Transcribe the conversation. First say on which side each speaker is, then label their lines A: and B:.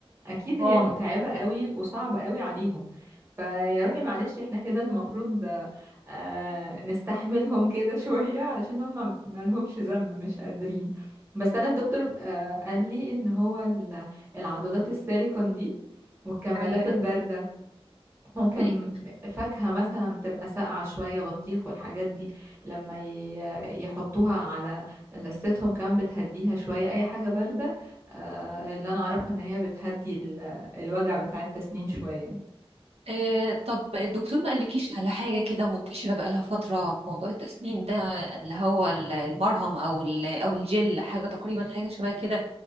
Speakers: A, on the right (about 25°); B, on the right (about 85°).
A: أكيد
B: اه
A: هي متعبة قوي وصعبة قوي عليهم فيا روحي معلش احنا كده المفروض آه، نستحملهم كده <laughs> شوية علشان هم ملهمش ذنب مش قادرين بس انا الدكتور آه، قال لي ان هو ال- العضادات السيليكون دي والكمادات
B: ايوه
A: الباردة ممكن
B: ايوه
A: فاكهة مثلا تبقى ساقعة شوية بطيخ والحاجات دي لما ي- يحطوها على لثتهم كمان بتهديها شوية اي حاجة باردة آه، اللي انا اعرفه ان هي بتهدي ال- الوجع بتاع التسنين شوية
B: آه، طب الدكتور ما قالكيش على حاجة كده منتشرة بقالها فترة في موضوع التسنين ده اللي هو ال- المرهم أو ال- أو الجل حاجة تقريبا حاجة شبه كده